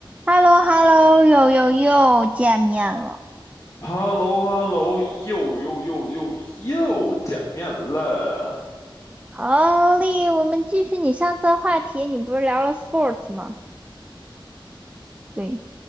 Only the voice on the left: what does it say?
h e l l o h e l l o 又又又又又见面了。